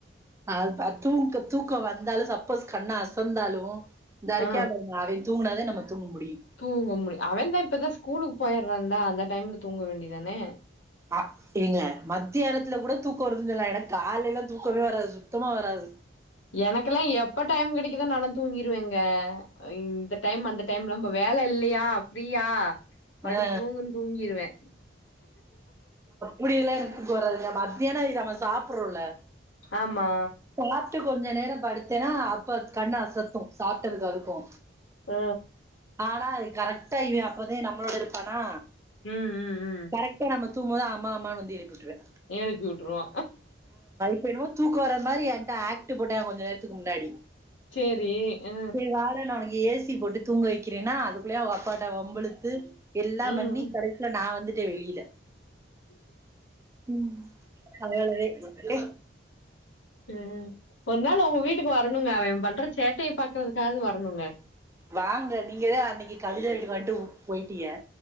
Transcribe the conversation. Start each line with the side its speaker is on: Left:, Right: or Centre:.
Right: அத் அது தூக்க தூக்கோ வந்தாலு சப்போஸ் கண்ண அசந்தாலு இந்தா இருக்கியா
Left: ஆ
Right: பாருங்க அவே தூங்குனா தே நம்ம தூங் முடியு
Left: தூங்க முடியு அவன்தா இப்பதா ஸ்கூலுக்கு போயிட்றான்ல அந்த டைம்ல தூங்க வேண்டிதானே
Right: அ ஏங்க மத்தியானத்துல கூட தூக்கொ வருதுன் சொல்லா எனக்கு காலேல தூக்கமே வராது சுத்தமா வராது
Left: எனக்கெல்லா எப்ப டைம் கெடைக்குதோ நால்லா தூங்கிருவேங்க இந்த டைம் அந்த டைம்லா பா வேல இல்லயா ஃப்ரீயா படுத்து
Right: ஆ
Left: தூங்குன் தூங்கிருவே
Right: முடியுல எனக்குப் போர்றதுங்க மத்தியானொ நம்ம சாப்புற்றோல்ல
Left: ஆமா
Right: சாப்ட்டு கொஞ்சொ நேரொ படுத்தேன்னா அப்ப கண்ணு அசத்து சாப்ட்டதுக்கு அதுக்கூ
Left: அ
Right: ஆனா அது கரெக்ட்டா இவே அப்பதெ நம்மளோட இருப்பானா
Left: ம் ம் ம்
Right: கரெக்ட்டா நம்ம தூம்மோது அம்மா அம்மானு வந்து எழுப்பி விட்ரே
Left: ஏழுப்பி விட்டுருவா
Right: இப்போ என்னமோ தூக்கோ வர்ற மாதிரி என்ட்ட ஆக்ட் போட்டா கொஞ்சொ நேரத்துக்கு முன்னாடி
Left: சேரி அ
Right: சேரி வாடா நா உனக்கி ஏ சி போட்டு தூங்க வக்கிறேன்னா அதுக்குள்ளயே அவ அப்பாட்ட வம்பிழுத்து எல்லா
Left: ம்
Right: பண்ணி கடை சில நா வந்துட்டே வெளியில உம் நழைய நழை ஏ
Left: ம் ஒரு நாள் அவுங்க வீட்டுக் வரணுங்க அவேன் பண்ற சேட்டைய பாக்குறதுக்காவது வரணுங்க
Right: வாங்க நீங்க தா அன்னக்கி கவிதா வீட்டுக்கு வன்ட்டு பொய்ட்டீக